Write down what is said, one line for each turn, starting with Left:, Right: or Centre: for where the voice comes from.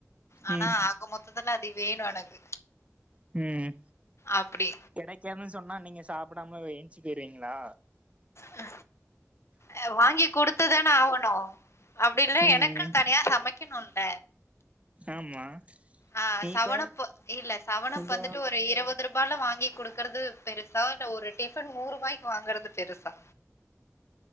Left: ஆனா
Right: ம்
Left: ஆக மொத்தத்துல அது வேணு எனக்கு.
Right: ம்.
Left: அப்டி.
Right: கெடைக்காதுனு சொன்னா நீங்க சாப்படாம வ என்ச்சு போயிருவிங்ளா?
Left: அ அ வாங்கி குடுத்துதான ஆவணு அப்டி இல்னா
Right: ம்
Left: எனக்குன் தனியா சமைக்கணுல்ல.
Right: ஆமா.
Left: ஆ சவனப்பு
Right: இப்ப
Left: இல்ல சவனப்
Right: இப்ப
Left: வந்துட்டு ஒரு இரவ துருபால வாங்கி குடுக்கறது பெருசா இல்ல ஒரு டிஃபன் நூறுபாய்க்கு வாங்கறது பெருசா.